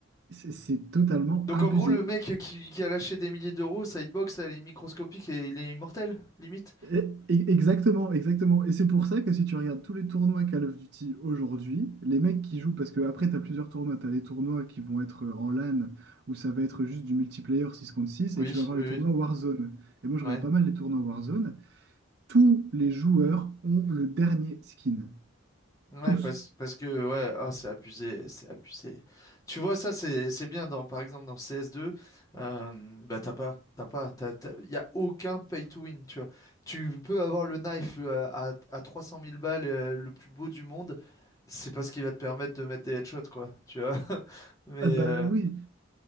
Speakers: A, on the right (about 55°); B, on the left (about 15°).
A: c'est c'est totalement
B: Donc,
A: abusé.
B: en gros, le mec qui, qui a lâché des milliers d'euros, sa hitbox, elle est microscopique et il est immortel, limite.
A: E- e- Exactement, exactement. Et c'est pour ça que si tu regardes tous les tournois Call of Duty aujourd'hui, les mecs qui jouent, parce que après, tu as plusieurs tournois, tu as les tournois qui vont être euh, en LAN, où ça va être juste du multiplayer six contre six
B: Oui,
A: et tu vas avoir
B: oui,
A: les tournois
B: oui.
A: Warzone. Et moi, je
B: Ouais.
A: regarde pas mal les tournois Warzone. Tous les joueurs ont le dernier skin.
B: Ouais,
A: Tous.
B: parce, parce que, ouais, ah, c'est abusé, c'est abusé. Tu vois, ça, c'est, c'est bien, dans, par exemple, dans CS2, euh, bah, t'as pas, t'as pas, t'as, t'as- y a aucun pay to win, tu vois. Tu peux avoir le knife euh, à, à trois cent mille balles, euh, le plus beau du monde, c'est parce qu'il va te permettre de mettre des headshots, quoi, tu vois. <laughs> Mais,
A: Ah bah
B: euh,
A: oui,